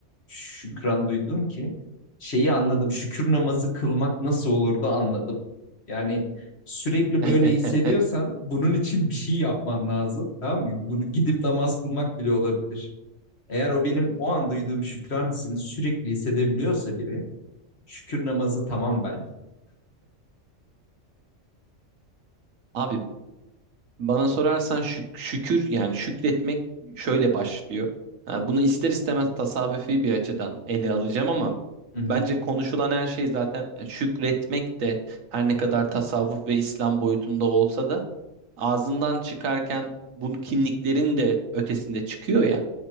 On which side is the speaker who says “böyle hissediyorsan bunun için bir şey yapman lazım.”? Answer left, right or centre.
Left